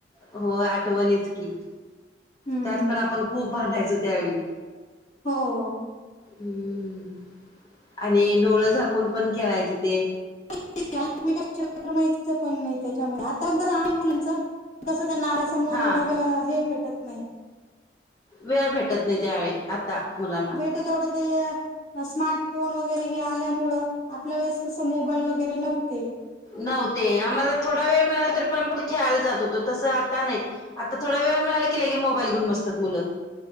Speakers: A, on the left; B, on the left.
A: हो... आठवणीच की...
B: हम्म
A: त्यात पण आपण खूप भांडायचो त्यावेळी
B: हो.
A: हम्म... आणि डोळं झाकून पण, खेळायचं ते
B: <unintelligible> माहीत पण नाही त्याच्यामुळे... आता नंतर आहे मुलांच... पण कसं त्यांना नाराज त्यामुळे
A: हा
B: थोडा... वेळ... हे भेटत नाई.
A: वेळ भेटत नाही... त्यावेळी... आता मुलांना
B: तेवढं ते स्मार्टफोन वगैरे हे आल्यामुंळं... आपल्या वेळेस कसं मोबाईल वगैरे नव्हते.
A: नव्हते... आम्हाला थोडा वेळ मिळाला... तर पण आम्ही खेळायला जात होतो.. तसं आता नाई. आता थोडा वेळ मिळाला कि लगेच मोबाईल घेऊन बसतात मुलं